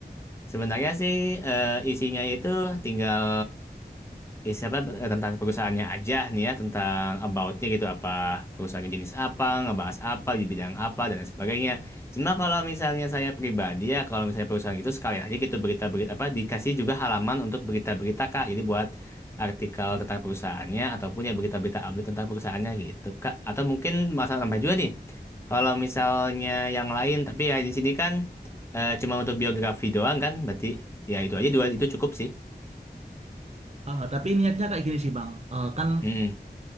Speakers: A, on the left (about 15°); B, on the right (about 40°).
A: Sebenarnya sih eh, isinya itu tinggal ya siapa eh, tentang perusahaannya aja nih ya tentang aboutnya gitu apa perusahaannya jenis apa ngebahas apa di bidang apa dan lain sebagainya cuma kalau misalnya saya pribadi ya kalau misalnya perusahaan itu sekalian aja gitu berita-berita apa dikasih juga halaman untuk berita-berita kak jadi buat artikel tentang perusahaannya ataupun ya berita-berita update tentang perusahaannya gitu kak atau mungkin masalah tambah juga nih kalau misalnya yang lain tapi ya di sini kan eh, cuma untuk biografi doang kan berarti ya itu aja dua itu cukup sih
B: Eh, tapi niatnya kayak gini sih Bang, Eh, kan
A: mm